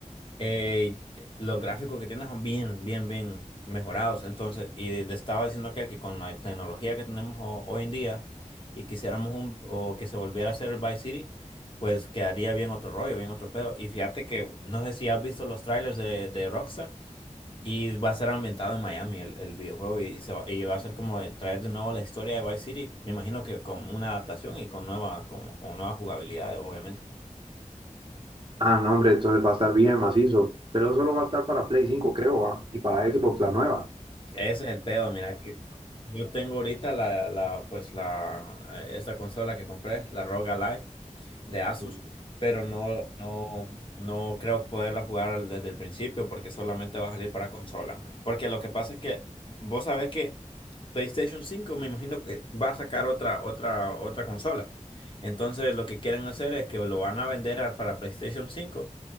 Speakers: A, on the left (about 40°); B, on the right (about 40°).
A: Eh, los gráficos que tiene son bien, bien, bien mejorados. Entonces, y te estaba diciendo aquel que con la tecnología que tenemos ho- hoy en día y quisiéramos un, o que se volviera a hacer el Vice City. Pues quedaría bien otro rollo, bien otro pedo. Y fíjate que no sé si has visto los trailers de de Rockstar. Y va a ser ambientado en Miami el, el videojuego y, y se va, y va a ser como de traer de nuevo la historia de Vice City. Me imagino que con una adaptación y con nueva, como, con nuevas jugabilidades, obviamente.
B: Ah, no, hombre, entonces va a estar bien macizo. Pero solo va a estar para Play 5, creo, ¿ah? Y para Xbox la nueva.
A: Ese es el pedo, mira que yo tengo ahorita la, la pues la eh, esta consola que compré, la ROG Ally. de Asus,
B: Mm.
A: pero no, no, no creo poderla jugar desde el principio porque solamente va a salir para consolas, man. Porque lo que pasa es que vos sabés que PlayStation cinco me imagino que va a sacar otra, otra, otra consola. Entonces lo que quieren hacer es que lo van a vender a- para PlayStation cinco